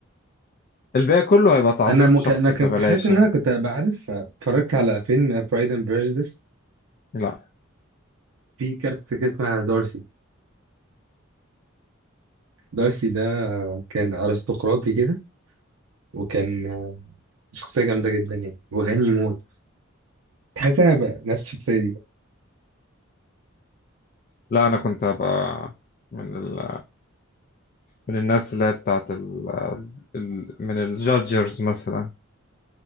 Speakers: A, on the left; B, on the right.
A: الباقي كله هيبقى تعظيم
B: انا مك...
A: في شخصي
B: انا كنت
A: فبلاش
B: حاسس ان
A: يعني
B: انا كنت هبقى عارف اتفرجت على فيلم برايد اند بريجديس
A: لا
B: في كاركتر كده اسمها دارسي دارسي ده كان ارستقراطي كده وكان شخصيه جامده جدا يعني وغني موت تحس انا هبقى نفس الشخصيه دي
A: لا أنا كنت هبقى من ال... من الناس اللي هي بتاعت ال... ال... من الجادجرز مثلا